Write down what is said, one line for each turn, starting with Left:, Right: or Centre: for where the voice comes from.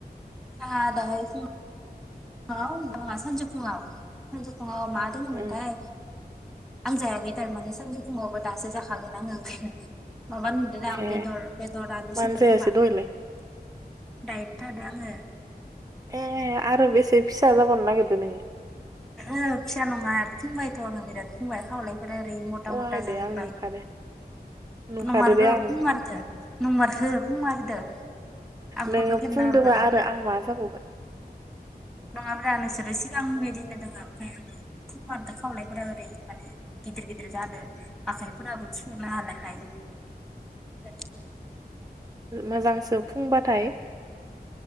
Centre: जोंहा दाहायसो औ होनबङा <unintelligible> सानजौफुङआव सानजौफु अ मा दोंङो मोनथाय
Right: उम
Centre: आं जायाखै थारमाने सानजौ फुंङावबो दासो जाखागोन आंङो ओंखायनो माबा नुदों आं
Right: ए
Centre: बेदर बेदर आनो
Right: मानो
Centre: संदों
Right: जायासै
Centre: खोमा
Right: दहायलाय
Centre: दाय थादो आंङो
Right: ए आरो बेसे फिसा जाबावनो नागिरदो नोंङो
Centre: ओ फिसा नंङा फुंबायथ आंङो बिराद फुंबाय खावलाय फ्रा ओरैनो मटा
Right: अहाय
Centre: मटा
Right: दे
Centre: जाजोबबाय
Right: आं नुखादो नुखादो
Centre: नमारगौ
Right: दे आं
Centre: फुंमारदो नंमारगौ फुंमारदो आं
Right: नोङो
Centre: फट खेबना
Right: फुंदोबा
Centre: हरगोन र
Right: आरो आं मा जाबावगोन
Centre: नङाब्रा नोंसोरो सि आं बिदिनो दोंङो ओमफ्राय आङो फुंमारदो खावलायफोरा ओरै माने गिदिर गिदिर जादों आखाइफोराबो थिखांनो हाला फाय <unintelligible>
Right: मोजांसो फुंबाथाय